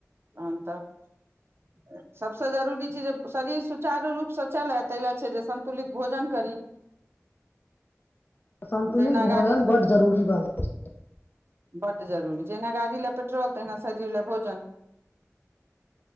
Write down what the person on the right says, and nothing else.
तहन तऽ सभसे जरूरी छैय जे शरीर सुचारू रूप से चलय ताहि ल छैय जे संन्तुलित भोजन करी <inaudible>
जहिना
गाड़ी
बड जरूरी जहिना गाड़ी लए पेट्रोल तहिना शरीर लए भोजन। <inaudible>